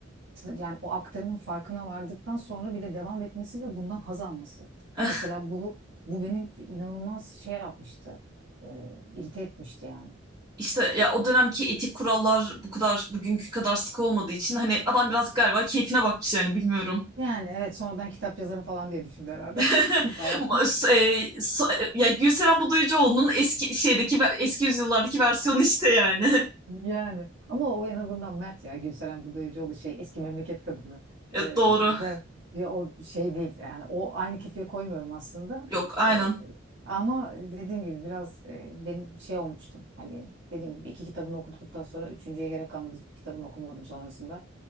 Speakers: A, on the right (about 65°); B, on the right (about 20°).
A: t- yani o aktarımın farkına vardıktan sonra bile devam etmesi ve bundan haz alması.
B: <laughs>
A: Mesela bu bu benim inanılmaz şey yapmıştı. E, irite etmişti yani.
B: İşte ya o dönemki etik kurallar bu kadar bugünkü kadar sıkı olmadığı için hani adam biraz galiba keyfine bakmış yani bilmiyorum.
A: Yani evet sonradan kitap yazarım falan diye düşündü herhalde.
B: <laughs>
A: <laughs> Bayağı
B: Eee, sa- ya Gülseren Budayıcıoğlu'nun eski şeydeki eski yüzyıllardaki versiyonu işte yani. <laughs>
A: Yani ama o en azından Mert ya Gülseren Budayıcıoğlu şey eski memleket kadını.
B: E,
A: Ee,
B: Doğru.
A: ben ya o şey değil yani o aynı kefeye koymuyorum aslında.
B: Yok, aynen.
A: Ee, ama dediğim gibi biraz e, benim şey olmuştum. Hani dediğim gibi iki kitabını okuduktan sonra üçüncüye gerek kalmadı. Hiçbir kitabını okumadım sonrasında.